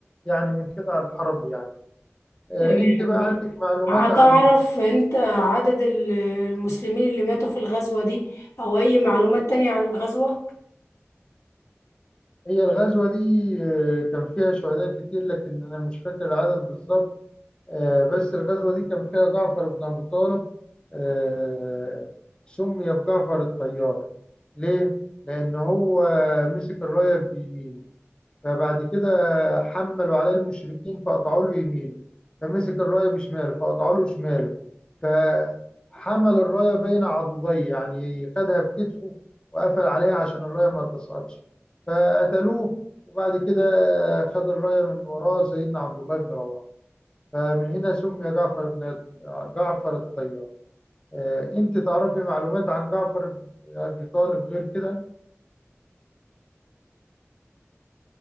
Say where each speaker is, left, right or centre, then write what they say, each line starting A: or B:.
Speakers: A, on the left; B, on the left.
A: يعني من خدع الحرب يعني آه،
B: تمام
A: انت بقى عندك معلومات
B: هتعرف
A: عن
B: انت عدد ال- المسلمين اللي ماتوا في الغزوة دي او اي معلومات تانية عن الغزوة
A: هي الغزوه دي آه، كان فيها شهداء كتير لكن انا مش فاكر العدد بالظبط آه، بس الغزوة دي كان فيها جعفر بن أبي طالب آه، سمي بجعفر الطيار ليه؟ لأن هو مسك الراية بيمينه فبعد كده حملوا عليه المشركين فقطعوا له يمينه فمسك الراية بشماله فقطعوا له شماله فحمل الراية بين عضديه يعني خدها بكتفه وقفل عليها عشان الراية ما تسقطش فقتلوه وبعد كده خد الراية من وراه سيدنا عبد الله بن رواحة فمن هنا سمي جعفر بن جعفر الطيار آه، انت تعرفي معلومات عن جعفر بن ابي طالب غير كده